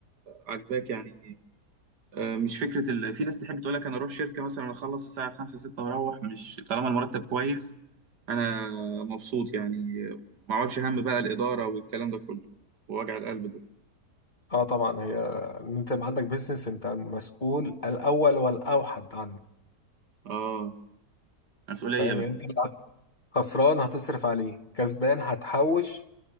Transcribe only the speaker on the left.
اه طبعا هي ان انت يبقى عندك بيزنس انت مسؤول الاول والاوحد عنه
فاهم
يعني انت لو خسران هتصرف عليه كسبان هتحوش